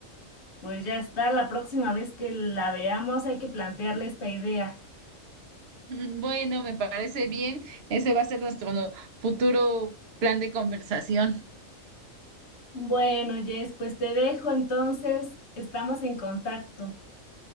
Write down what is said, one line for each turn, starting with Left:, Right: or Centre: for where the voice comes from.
Left: Pues ya está, la próxima vez que la veamos hay que plantearle esta idea.
Right: <laughs> Bueno, me parece bien. Ese va a ser nuestro no- futuro plan de conversación.
Left: Bueno, Jess, pues te dejo entonces, estamos en contacto.